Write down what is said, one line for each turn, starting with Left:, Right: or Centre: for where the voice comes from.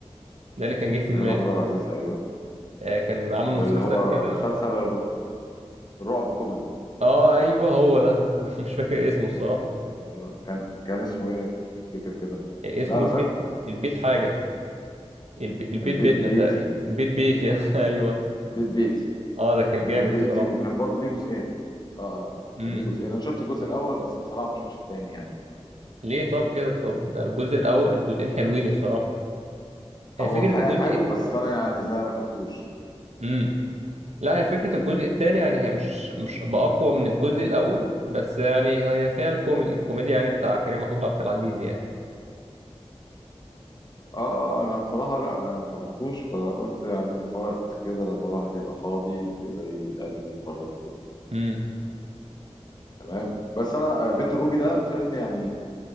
Right: ده اللي كان جه في
Left: كريم
Right: دماغي
Left: محمود عبد العزيز ايوه
Right: آه، كان عامل مسلسل
Left: ده اللي هو
Right: كده
Left: مسلسل الر- الرعب كوميدي
Right: اه ايوه هو ده <laughs> مش فاكر اسمه الصراحة
Left: ايوه كان كان اسمه ايه افتكر كده
Right: آه، اسمه
Left: لا انا
Right: البيت
Left: فاكره
Right: البيت حاجة الب... البيت
Left: البيت
Right: بيتنا
Left: بيتي
Right: تقريبا بيت بيت يعني <laughs> ايوه
Left: بيت بيتي
Right: اه ده كان
Left: بيت
Right: جامد
Left: بيتي
Right: الصراحة
Left: وكان برضو ليه جزئين اه اه
Right: امم
Left: كان ليه جزئين انا شفت الجزء الاول بس بصراحه ما شفتش التاني يعني
Right: ليه طب كده طب ده الجزء الاول الجزئين حلوين الصراحة آه،
Left: هو
Right: فكرة
Left: ح-
Right: الجزء
Left: حلو بس انا يعني زي ما لحقتوش
Right: امم لا هي فكرة الجزء الثاني يعني هي مش مش بأقوى من الجزء الأول بس يعني هي فيها الكوميدي الكوميديا يعني بتاع كريم محمود عبد العزيز يعني
Left: اه آه، آه، انا بصراحه لا ما يعني ما حضرتوش فقلت يعني في وقت كده لما الواحد يبقى فاضي كده يقلب يتفرج وكده
Right: امم
Left: تمام بس انا آه، بيت الروبي ده فيلم يعني